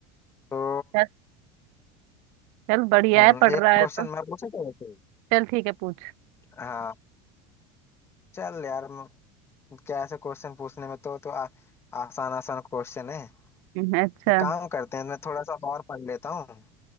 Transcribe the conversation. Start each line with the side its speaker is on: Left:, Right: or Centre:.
Left: तो
Right: चल चल बढ़िया
Left: हम्म,
Right: है पढ़ रहा
Left: एक
Right: है
Left: क्वेश्चन
Right: तो
Left: मैं पूछूं तेरे से
Right: चल ठीक है पूछ
Left: हाँ चल यार म- क्या ऐसे क्वेश्चन पूछने में तो तो आ, आसान आसान क्वेश्चन है
Right: हम्म, अच्छा
Left: एक काम करते हैं मैं थोड़ा सा और पढ़ लेता हूँ